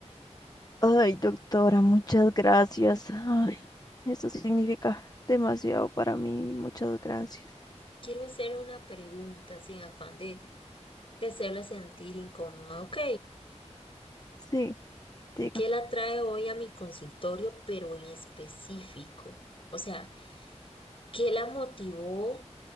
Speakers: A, on the left; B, on the left.
A: Ay, doctora, muchas gracias. Ay, eso significa demasiado para mí. Muchas gracias.
B: quiero hacerle una pregunta sin afán de, de hacerla sentir incómoda, ¿ok?
A: Sí, diga.
B: ¿Qué la trae hoy a mi consultorio, pero en específico? O sea, ¿qué la motivó